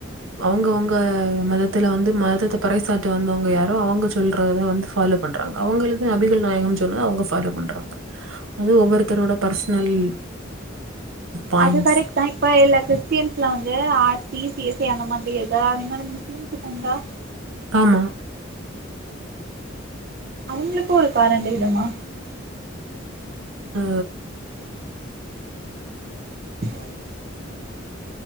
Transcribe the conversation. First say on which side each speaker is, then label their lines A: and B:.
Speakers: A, on the right; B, on the right.
A: அவுங்கவுங்க மதத்துல வந்து மதத்த பறை சாற்ற வந்தவுங்க யாரோ அவுங்க சொல்றத வந்து ஃபாலோவ்ப் பண்றாங்க அவுங்களது அபிகள் நாயகம் சொன்னத அவுங்க ஃபாலோப் பண்றாங்க அது ஒவ்வொருத்தரோட பர்சனல் பாயிண்ட்ஸ்
B: அது கரெக்ட்தா இப் இப்ப இல்ல கிறிஸ்டியன்ஸ்லா வந்து R C C S I அந்த மாதிரி எதா அதே மாதிரி முஸ்லீம்ஸுக்கு உண்டா
A: ஆமா
B: அவுங்ளுக்கு ஒரு காரண்ட இதம்மா
A: அ
B: ச